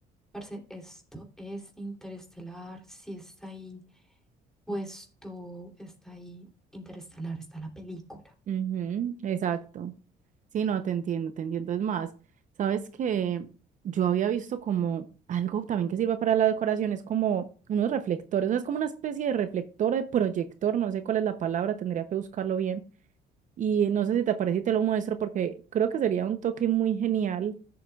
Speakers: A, in the centre; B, on the right.
A: Parce, esto es interestelar, si está ahí puesto, está ahí interestelar, está la película.
B: Ujú, exacto. Sí, no, te entiendo, te entiendo. Es más, sabes que yo había visto como algo también que sirve para la decoración, es como unos reflectores, o sea, es como una especie de reflector, de proyector, no sé cuál es la palabra, tendría que buscarlo bien. Y no sé si te parece y te lo muestro porque creo que sería un toque muy genial